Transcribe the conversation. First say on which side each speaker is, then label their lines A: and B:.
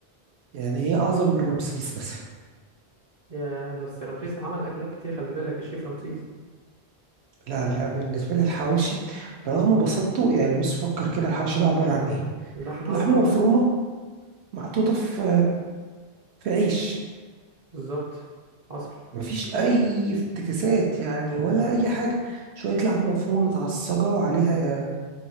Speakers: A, on the right (about 80°); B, on the right (about 40°).
A: يعني هي أعظم من رمسيس مثلا
B: ياه بس رمسيس عمل اكلات كتير خلي بالك الشيف رمسيس
A: لا لا بالنسبة لي الحواوشي برغم بساطته يعني بص فكر كده الحواوشي ده عبارة عن إيه
B: اللحمة
A: لحمة
B: اه
A: مفرومة محطوطة في في عيش
B: بالظبط حصل
A: مفيش أي افتكاسات يعني ولا أي حاجة شوية لحمة مفرومة متعصجة وعليها